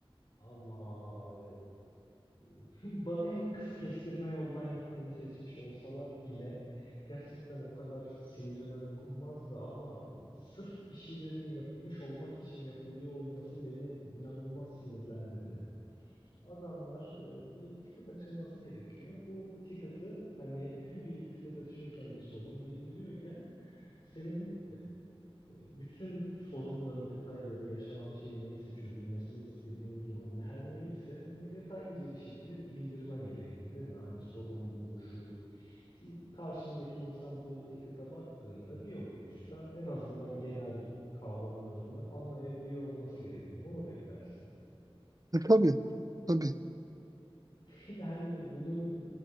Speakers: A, on the left (about 55°); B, on the right (about 35°).
A: Ama e, <laughs> ba- hem kız kestirme yoldan gitmeyi seçmiş olsalar bile gerçekten o kadar sinirime dokunmazdı ama sırf bir şeylerin yapılmış olmak için yapılıyor olması beni inanılmaz sinirlendirdi. Adamlar e, bir ticket açılması gerekiyor. Bu ticket'ı hani <laughs> bir ticket açıyorken bir sorun bildiriyorken senin bütün sorunları, detayları, yaşanan şey neyse, çözülmesini istediğin durum her neyse bunu detaylıca bir şekilde bildirmen gerekir, değil mi? Hani sorun bu, şu. Ki Karşındaki insan bu ticket'a baktığında bir okuyuşta en azından genel kavramlarını anlayabiliyor olması gerekir. Bunu beklersin.
B: E, tabii, tabii.
A: Yani bunun